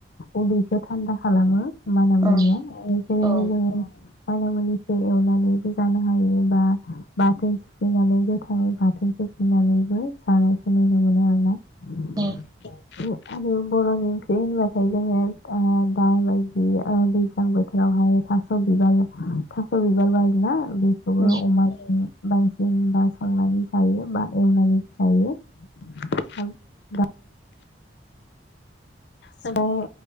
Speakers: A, on the left; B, on the right.
A: उदैसो थानदा खालामो मानामुनिया
B: औ
A: बेखायनो
B: औ
A: जोङो मानामुनिखौ एवनानैबो जानो हायोबा बाथोन सिफ्लेनानै गोथाङै बाथोनखौ होननानैबो जानायखौ नुनो मोनो आरो ना आरो
B: उम
A: बर'न् ओंख्रि होनब्लाथाय जोङो दा बाय <unintelligible> बि दैज्लां बोथोरावहाय थास' बिबार थास' बिबार बारोना बेखौबो
B: उम
A: अमा जों बांसिन बा संनानै जायो बा एवनानै जायो <unintelligible> स' ओ